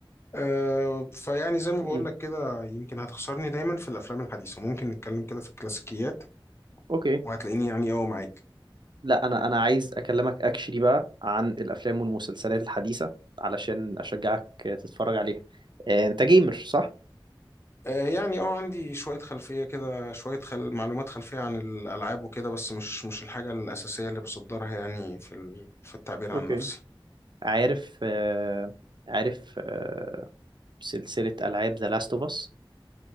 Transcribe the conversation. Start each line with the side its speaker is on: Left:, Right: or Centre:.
Left: أه فيعني زي ما
Right: <laughs>
Left: بقول
Right: مم.
Left: لك كده يمكن هتخسرني دايما في الأفلام الحديثة ممكن نتكلم كده في الكلاسيكيات
Right: اوكي
Left: وهتلاقيني يعني أه معاك
Right: لا انا انا عايز اكلمك اكشلي بقى عن الافلام والمسلسلات الحديثه علشان اشجعك تتفرج عليها آه، انت جيمر صح
Left: آه، يعني اه عندي شوية خلفية كده شوية خل... معلومات خلفية عن الألعاب وكده بس مش مش الحاجة الأساسية اللي بصدرها يعني في ال... في التعبير عن
Right: اوكي
Left: نفسي
Right: عارف آه، عارف آه، سلسله العاب ذا لاست اوف اس